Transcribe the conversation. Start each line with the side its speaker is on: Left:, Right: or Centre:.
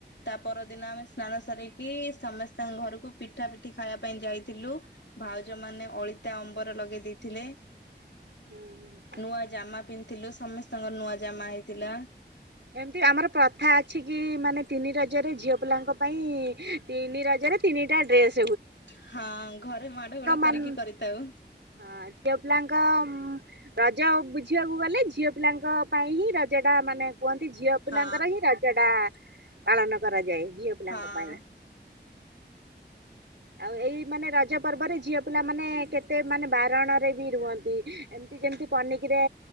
Left: ତା ପରଦିନ ଆମେ ସ୍ନାନ ସାରିକି ସମସ୍ତଙ୍କ ଘରକୁ ପିଠା ପିଠି ଖାଇବା ପାଇଁ ଯାଇଥିଲୁ। ଭାଉଜ ମାନେ ଅଳିତା ଅମ୍ବର ଲଗେଇ ଦେଇଥିଲେ।
Right: <inaudible>
Left: ନୂଆ ଜାମା ପିନ୍ଧିଥିଲୁ ସମସ୍ତଙ୍କର ନୂଆ ଜାମା ହେଇଥିଲା।
Right: ଏମିତି ଆମର ପ୍ରଥା ଅଛି ଅଛି କି ମାନେ ତିନି ରଜରେ ଝିଅ ପିଲାଙ୍କ ପାଇଁ ତିନି ରଜରେ ତିନିଟା ଡ୍ରେସ୍।
Left: ହଁ, ଘରେ ମାଡ ଗୋଳ
Right: ମାନ
Left: କରିକି କରିଥାଉ।
Right: ହଁ ଝିଅ ପିଲାଙ୍କ ରଜ ବୁଝିବାକୁ ଗଲେ ଝିଅ ପିଲାଙ୍କ ପାଇଁ ହିଁ ରଜଟା ମାନେ। କୁହନ୍ତି ଝିଅ ପିଲାଙ୍କର
Left: ହଁ
Right: ହିଁ ରଜା ଟା ପାଳନ କରାଯାଏ। ଝିଅ।
Left: ହଁ।
Right: ପିଲାଙ୍କ ପାଇଁ ଆଉ ଏଇ ମାନେ ରଜ ପର୍ବରେ ଝିଅ ପିଲା ମାନେ କେତେ ମାନେ ବାରଣରେ ବି ରୁହନ୍ତି। ଏମିତି ଯେମିତି ପନିକିରେ